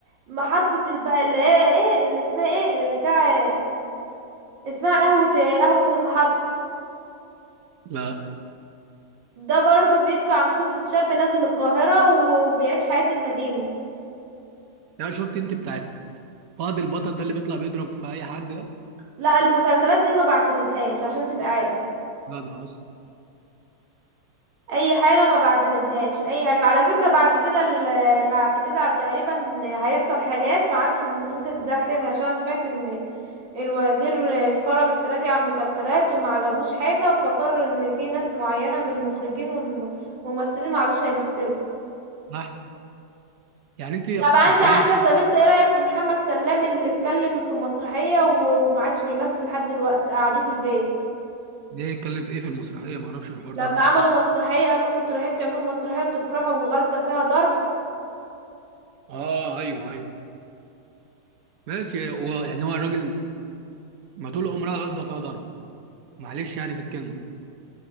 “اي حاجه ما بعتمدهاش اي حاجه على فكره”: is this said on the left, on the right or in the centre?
Right